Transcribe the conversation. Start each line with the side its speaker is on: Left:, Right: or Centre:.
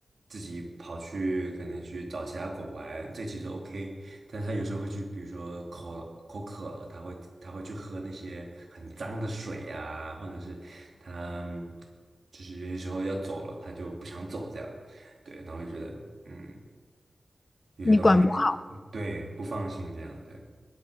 Right: 自己跑去可能去找其他狗玩，这其实 OK，但是他有时候会去，比如说口口渴了，他会他会去喝那些很脏的水呀，或者是他就是有些时候要走了，他就不想走这样，对，然后就觉得嗯有些东西还是对不放心这样，
Left: 你管不好。
Right: 对，